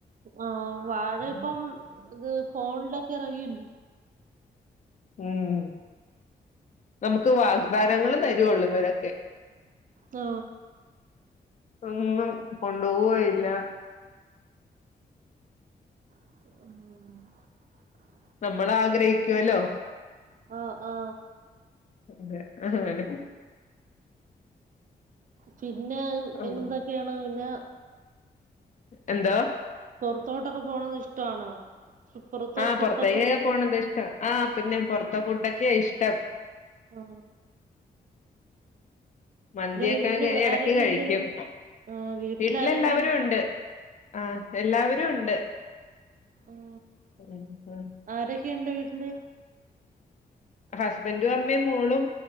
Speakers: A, on the right (about 50°); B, on the left (about 45°).
A: ആഹ വാഴ ഇപ്പം ഇത് ഫോണ്ലൊക്കെ എറങ്ങില്ല
B: ഉം നമുക്ക് വാഗ്ദാനങ്ങളു തരുവൊള്ളു ഇവരൊക്കെ
A: ആ
B: ഒന്നും കൊണ്ടുപോയില്ല
A: ഉം
B: നമ്മളാഗ്രഹിക്കൂല്ലോ
A: ആ ആ
B: അതെ ആതന്നെ
A: പിന്നെ
B: ഉം
A: എന്തൊക്കെയാണ് പിന്നെ
B: എന്തോ
A: പൊറത്തോട്ടൊക്കെ പോണത് ഇഷ്ടാണോ പുറത്ത്
B: ആ
A: ഫുഡൊക്കെ
B: പൊറത്തേക്കൊക്കെ
A: ഇഷ്
B: പോണതിഷ്ടാ ആ പിന്നെ പൊർതെ ഫുഡൊക്കയ ഇഷ് ടപ്
A: ആ
B: മന്തിയൊക്കെ
A: വീട്ടില്
B: കേറി എടക്
A: ആരൊക്കെയുണ്ട്
B: കഴിക്കും
A: ആഹ് വീട്ടില്
B: വീട്ടിലെല്ലാവരും
A: ആരൊക്കെയുണ്ട്
B: ഉണ്ട് ആ എല്ലാവരും ഉണ്ട്
A: ഉം
B: ഉം ഉം
A: ആര് യൊണ്ട് വീട്ടില്
B: ഹസ്ബന്റും അമ്മേം മോളും